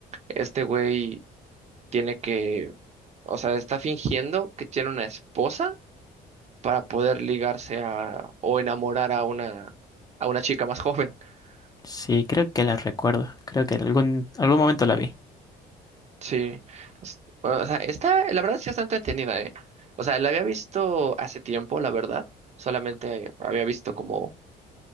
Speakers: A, on the right (about 40°); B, on the left (about 20°).
A: este güey tiene que, o sea, está fingiendo que tiene una esposa para poder ligarse a o enamorar a una a una chica más joven. <laughs>
B: sí, creo que la recuerdo. Creo que en algún, algún momento la vi.
A: Sí. Es- O sea, está, la verdad sí está entretenida, ¿eh? O sea, la había visto hace tiempo, la verdad. Solamente había visto como